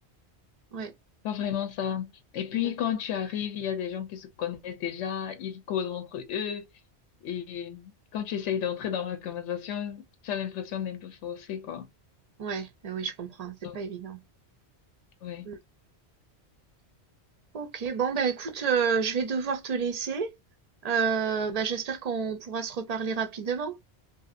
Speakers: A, on the right (about 50°); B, on the left (about 90°).
A: Ouais,
B: pas vraiment ça. Et puis
A: d'accord.
B: quand tu arrives, il y a des gens qui se connaissent déjà, ils causent entre eux. Et quand tu essayes d'entrer dans la conversation, tu as l'impression d'un peu forcé, quoi.
A: Ouais, ah oui, je comprends. C'est
B: Donc,
A: pas évident.
B: ouais.
A: Mm. Ok, bon ben écoute, euh, je vais devoir te laisser. Euh, bah, j'espère qu'on pourra se reparler rapidement.